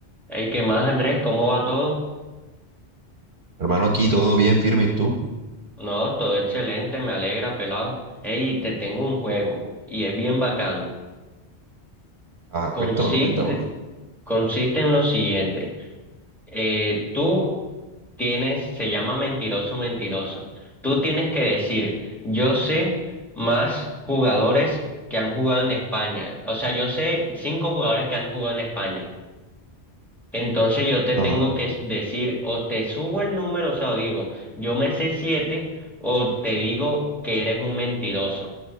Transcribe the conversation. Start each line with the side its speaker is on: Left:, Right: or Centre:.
Centre: Hey, ¿qué más, Andrés? ¿Cómo va todo?
Right: Hermano, aquí todo bien, firme, ¿y tú?
Centre: No, todo excelente, me alegra, pelado. Hey, te tengo un juego y es bien bacano.
Right: Ajá,
Centre: Consiste,
Right: cuéntamelo, cuéntamelo.
Centre: consiste en lo siguiente. Eh, tú tienes, se llama mentiroso, mentiroso. Tú tienes que decir, yo sé más jugadores que han jugado en España. O sea, yo sé cinco jugadores que han jugado en España. Entonces yo te
Right: Ajá.
Centre: tengo que decir, o te subo el número, o sea, o digo, yo me sé siete, o te digo que eres un mentiroso.